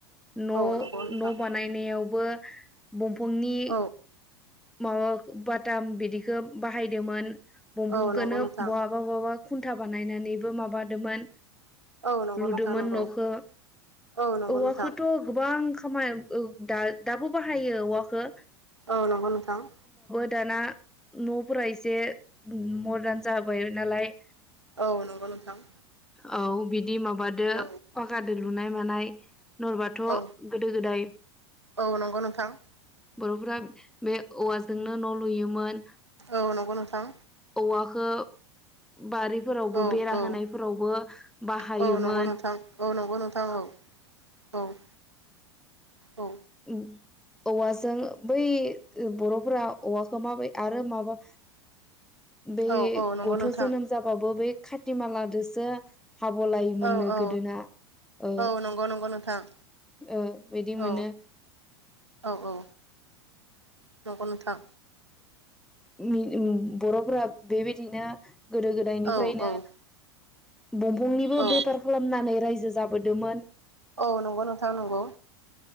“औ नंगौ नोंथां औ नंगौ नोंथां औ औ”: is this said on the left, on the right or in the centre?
Right